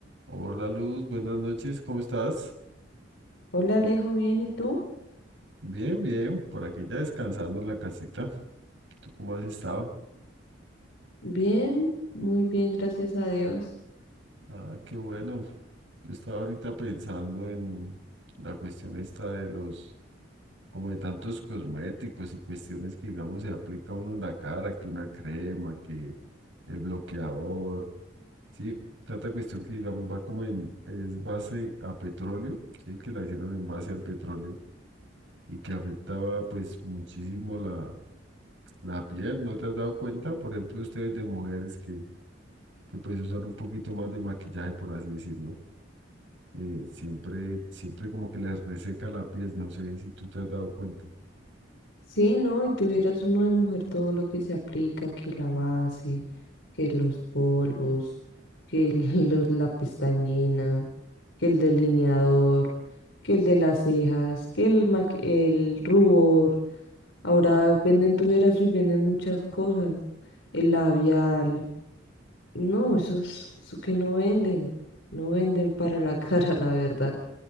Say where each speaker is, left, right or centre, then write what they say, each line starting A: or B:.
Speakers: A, on the right (about 70°); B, on the left (about 75°).
A: Hola Luz, buenas noches, ¿cómo estás?
B: Hola Alejo, ¿bien? ¿Y tú?
A: Bien, bien, por aquí ya descansando en la casita. ¿Tú cómo has estado?
B: Bien, muy bien, gracias a Dios.
A: Ah, qué bueno. Yo estaba ahorita pensando en la cuestión esta de los, como de tantos cosméticos y cuestiones que, digamos, se aplica uno en la cara, que una crema, que el bloqueador, ¿sí? Tanta cuestión que, digamos, va como en, es base a petróleo, ¿sí? Que la hicieron en base al petróleo y que afectaba, pues, muchísimo la La piel, ¿no te has dado cuenta? Por ejemplo, ustedes de mujeres que, que pues usar un poquito más de maquillaje, por así decirlo, eh, siempre, siempre como que les reseca la piel, no sé si tú te has dado cuenta.
B: Sí, ¿no? Y tuvieras uno de mujer todo lo que se aplica, que la base, que los polvos, que el- <laughs> los- la pestañina, que el delineador, que el de las cejas, que el, maqui- el rubor. Ahora venden tuvieras y venden muchas cosas. El labial. No, eso es- eso que no venden. No venden para la <laughs> cara, la verdad.